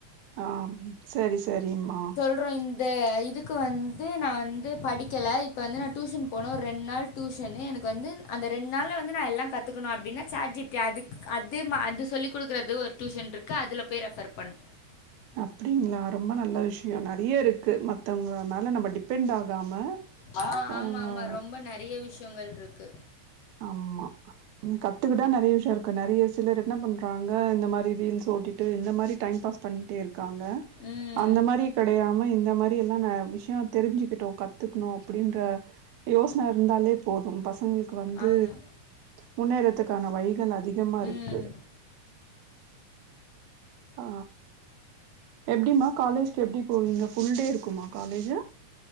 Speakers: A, on the right; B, on the left.
A: ஆம் செரி செரிம்மா
B: ப்றோ இந்த இதுக்கு வந்து நா வந்து படிக்கல இப்ப வந்து நா டியூஷன் போனோ ஒரு ரெண் நாள் டியூஷன்னு எனக்கு வந்துன் அந்த ரெண் நாள்ல வந்து நா எல்லா கத்துக்கணு அப்டின்னா சேட் ஜி பி டி அதுக்கு அதுமா அது சொல்லிக் குடுக்குறது ஒரு டியூஷன்ருக்கு அதுல போய் ரெஃபர் பண்ணு
A: அப்டிங்ளா ரொம்ப நல்ல விஷியோ நறைய இருக்கு மத்தவங்க மேல நம்ம டிப் பெண்ட் ஆகாம
B: ஆ, ஆ
A: ஆஆஆ
B: ஆமாம் ஆமாம் ரொம்ப நிறைய விஷயங்கள்ருக்கு
A: ஆமா ம் கத்துக்கிட்டா நெறைய விஷியோ இருக்கு நெறைய ஸ் சிலர் என்ன பண்றாங்க இந்த மாரி ரீல்ஸ் ஓட்டிட்டு இந்த மாரி டைம் பாஸ் பண்ணிட்டே இருக்காங்க
B: ம்
A: அந்த மாரி கெடையாம இந்த மாரி எல்லா ந விஷியோ தெரிஞ்சுக்கிட்டோ கத் கத்துக்கணும் அப்டின்ற யோசனை இருந்தாலே போதும் பசங்களுக்கு வந்து
B: ஆமாம்
A: முன்னேறத்துக்கான வலிகள் அதிகமா இருக்கு
B: ம்
A: ஆ எப்டிமா காலேஜ்க்கு எப்டி போவீங்க ஃபுல் டே இருக்குமா காலேஜ்